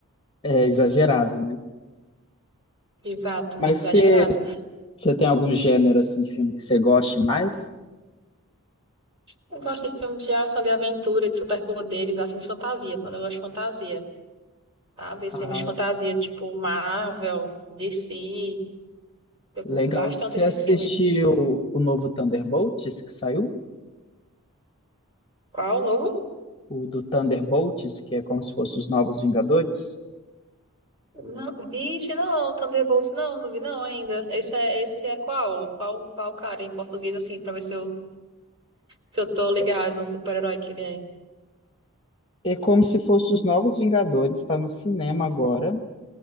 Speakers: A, on the left (about 25°); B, on the right (about 25°).
A: é exagerado, né?
B: Exato,
A: Mas
B: muito exagerado.
A: você Você tem algum gênero assim de filme que você goste mais?
B: Eu gosto de filmes de ação, de aventura, de superpoderes, assim, de fantasia. Quando eu gosto de fantasia, sabe? Esses
A: Ah,
B: filmes de fantasia, tipo Marvel, DC. Eu
A: legal.
B: curto bastante
A: Você
B: esses
A: assistiu
B: filmes.
A: o novo Thunderbolts que saiu?
B: Qual o novo?
A: O do Thunderbolts, que é como se fosse os Novos Vingadores?
B: Não, bicho, não. Thunderbolts, não. Não vi não ainda. Esse é, esse é qual? Qual, qual cara em português, assim, pra ver se eu, se eu tô ligado
A: É
B: no super-herói que ele é.
A: é como se fosse os Novos Vingadores, está no cinema agora.